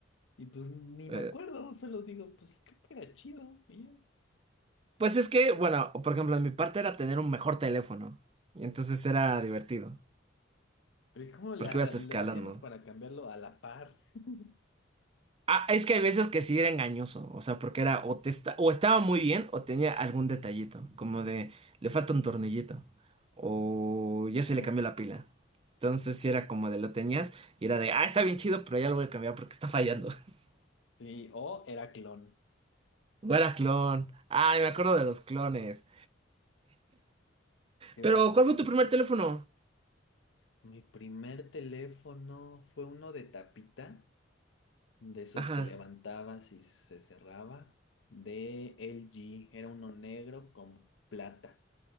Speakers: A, on the left (about 75°); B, on the right (about 30°).
A: Y pues ni
B: Eh,
A: me acuerdo, solo digo, pues creo que era chido. Y ya.
B: pues es que, bueno, por ejemplo, en mi parte era tener un mejor teléfono. Y entonces era divertido,
A: Pero ¿y ¿cómo la,
B: porque ibas
A: le
B: escalando.
A: hacíamos para cambiarlo a la par? <laughs>
B: Ah, es que hay veces que sí era engañoso, o sea, porque era o, te esta- o estaba muy bien o tenía algún detallito, como de le falta un tornillito o
A: Ah,
B: ya se le cambió la pila. Entonces sí era como de lo tenías y era de, ah, está bien chido, pero ya lo voy a cambiar porque está fallando. <laughs>
A: sí, o era clon.
B: O era clon. Ay, me acuerdo de los clones.
A: Qué
B: Pero,
A: buenos
B: ¿cuál fue
A: tiempos.
B: tu primer teléfono?
A: Mi primer teléfono fue uno de tapita, de esos
B: Ajá.
A: que levantabas y se cerraba, de LG. Era uno negro con plata.